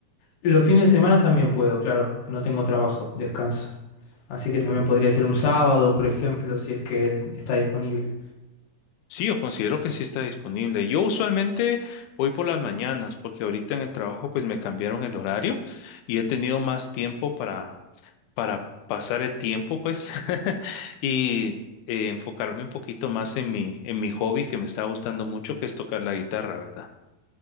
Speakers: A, on the left; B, on the left.
A: Los fines de semana también puedo, claro. No tengo trabajo, descanso. Así que también podría ser un sábado, por ejemplo, si es que él está disponible.
B: Sí, yo considero que sí está disponible. Yo usualmente voy por las mañanas porque ahorita en el trabajo pues me cambiaron el horario y he tenido más tiempo para, para pasar el tiempo pues <laughs> y eh, enfocarme un poquito más en mi, en mi hobby que me está gustando mucho que es tocar la guitarra, ¿verdad?